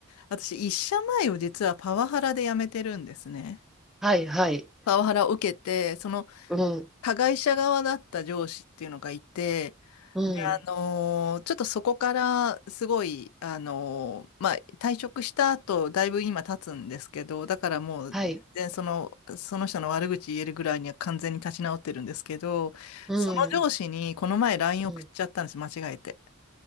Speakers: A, on the left; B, in the centre.
A: 私、一社前を実はパワハラで辞めてるんですね。
B: はいはい。
A: パワハラを受けて、その
B: うん
A: 加害者側だった上司っていうのがいて、
B: うん
A: で、あのーちょっとそこからすごい、あのーまあ、退職した後、だいぶ今経つんですけど、だからもう、
B: はい。
A: 全然その、その人の悪口言えるぐらいには完全に立ち直ってるんですけど、
B: うん
A: その上司にこの前 LINE 送っちゃったんです、
B: うん
A: 間違えて。